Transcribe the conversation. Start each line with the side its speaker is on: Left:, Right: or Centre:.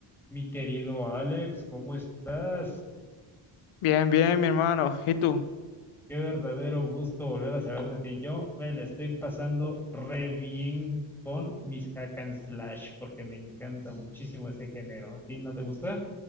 Centre: Mi querido Alex, ¿cómo estás?
Left: Bien, bien, mi hermano. ¿Y tú?
Centre: Qué verdadero gusto volver a saber de ti. Yo me la estoy pasando re bien con mis hack and slash porque me encanta muchísimo ese género. ¿A ti no te gusta?